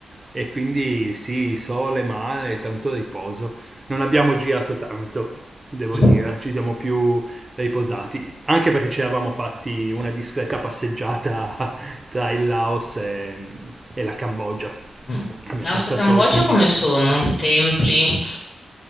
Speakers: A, on the right; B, on the left.
A: e quindi sì, sole, mare, e tanto riposo. Non abbiamo girato tanto devo
B: Mh,
A: dire, ci siamo più riposati, anche perché ci eravamo fatti una discreta passeggiata tra il Laos e, e la Cambogia.
B: mh-mh.
A: Abbiamo
B: Laos
A: passato
B: e Cambogia
A: quindi
B: come sono? Templi?